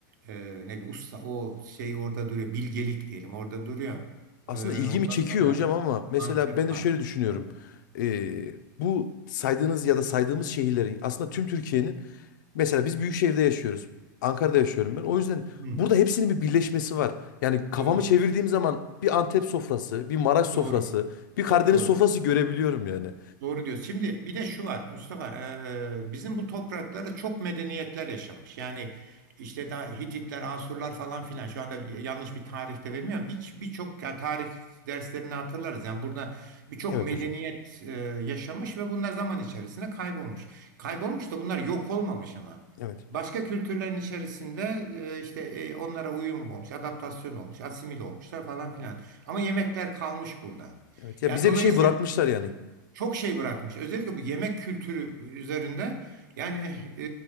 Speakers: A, on the right (about 65°); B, on the left (about 70°).
A: e, ne bileyim usta o şey orada duruyor. Bilgelik diyelim orada duruyor.
B: aslında
A: E,
B: ilgimi
A: ondan
B: çekiyor
A: sonra
B: hocam ama mesela
A: Antep
B: ben de
A: var.
B: şöyle düşünüyorum.
A: Evet.
B: Ee, bu saydığınız ya da saydığımız şehirlerin aslında tüm Türkiye'nin mesela biz büyük şehirde yaşıyoruz. Ankara'da yaşıyorum ben. O yüzden
A: Hı,
B: burada hepsinin bir birleşmesi var. Yani kafamı
A: doğru.
B: çevirdiğim zaman bir Antep sofrası, bir Maraş sofrası,
A: Doğru.
B: bir Karadeniz
A: Çok doğru.
B: sofrası görebiliyorum yani.
A: Doğru diyorsun. Şimdi bir de şu var Mustafa, eee, bizim bu topraklarda çok medeniyetler yaşamış. Yani işte daha Hititler, Asurlar falan filan şu anda yanlış bir tarihte vermiyorum. Bir- Birçok yani tarih derslerini hatırlarız. Yani burada birçok
B: Evet
A: medeniyet
B: hocam.
A: eee, yaşamış ve bunlar zaman içerisinde kaybolmuş. Kaybolmuş da bunlar yok olmamış ama.
B: Evet.
A: Başka kültürlerin içerisinde eee, işte eee, onlara uyum olmuş, adaptasyon olmuş, asimil olmuşlar falan filan. Ama yemekler kalmış burada.
B: Evet. Ya
A: Yani
B: bize
A: dolayısıyla
B: bir şey bırakmışlar yani.
A: çok şey bırakmış. Özellikle bu yemek kültürü üzerinde yani eh, e,